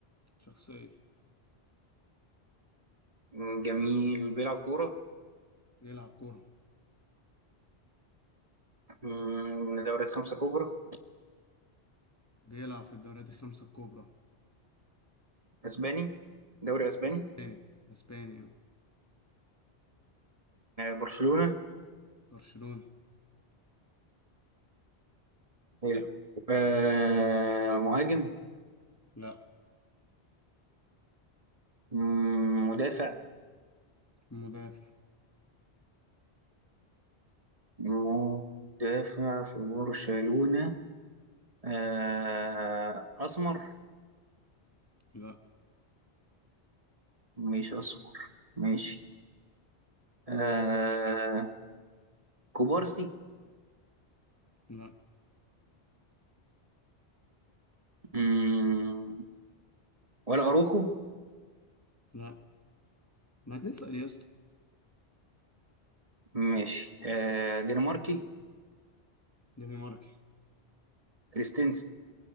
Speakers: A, on the left; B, on the right.
A: شخصية
B: مم، جميل بيلعب كورة
A: بيلعب كورة
B: مم، دوريات خمسة كبرى
A: بيلعب في الدوريات الخمسة الكبرى
B: أسباني دوري أسباني
A: اسباني اسبانيا
B: برشلونة
A: برشلونة
B: حلو آه، مهاجم
A: لا
B: مم، مدافع
A: مدافع
B: مدافع في برشلونة آه، أسمر
A: لا
B: مش أسمر ماشي آه، كوبارسي
A: لا
B: مم، ولا أروخو
A: لا ما تسأل يا اسطى
B: ماشي آه، دنماركي
A: دنماركي
B: كريستنسن